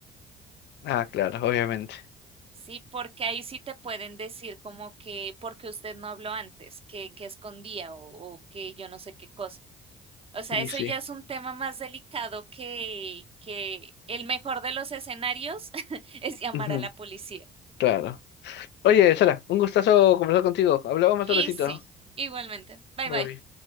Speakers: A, on the left (about 60°); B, on the right (about 30°).
A: Ah, claro, obviamente.
B: Sí, porque ahí sí te pueden decir como que porque usted no habló antes, que, que escondía o, o que yo no sé qué cosa. O sea,
A: Y
B: eso
A: sí.
B: ya es un tema más delicado que, que el mejor de los escenarios <laughs> es llamar
A: Ujú,
B: a la policía.
A: claro. Oye, Sara, un gustazo conversar contigo. Hablamos más
B: Y
A: tardecito.
B: sí, igualmente. Bye
A: Bye
B: bye.
A: bye.